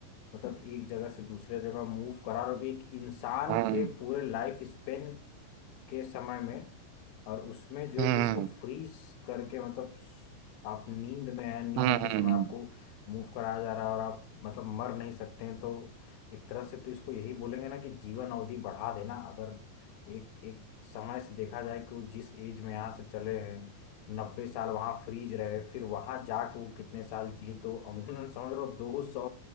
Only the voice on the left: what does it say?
मतलब एक जगह से दूसरे जगह मूव करा और भी एक इंसान
के पूरे लाइफ स्पेन के समय में और उसमें जो
है कि उसको फ्रीज करके मतलब आप नींद में हैं नींद
के समय आपको मूव कराया जा रहा है और आप मतलब मर नहीं सकते हैं तो एक तरह से तो इसको यही बोलेंगे ना कि जीवन अवधि बढ़ा देना अगर एक एक समय से देखा जाए कि वो जिस एज में यहाँ से चले हैं नब्बे साल वहाँ फ्रीज रहे फिर वहाँ जाके वो कितने साल जिए तो अमूमन समझ लो दो सौ